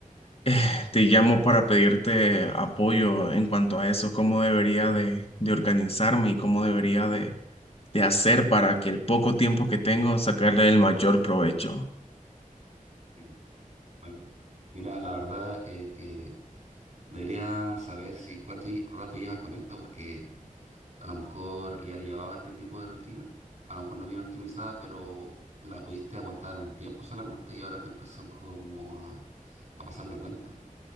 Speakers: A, on the left; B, on the right.
A: Eh, Te llamo para pedirte apoyo en cuanto a eso, cómo debería de, de organizarme y cómo debería de, de hacer para que el poco tiempo que tengo sacarle el mayor provecho.
B: Sí, Bueno, mira, la verdad es que debería saber si cuánto lle- rato llevas con esto, porque a lo mejor ya llevaba este tipo de rutina, a lo mejor no bien optimizada, pero la pudiste aguantar un tiempo solamente y ahora te empezó como a, a pasar la cuenta.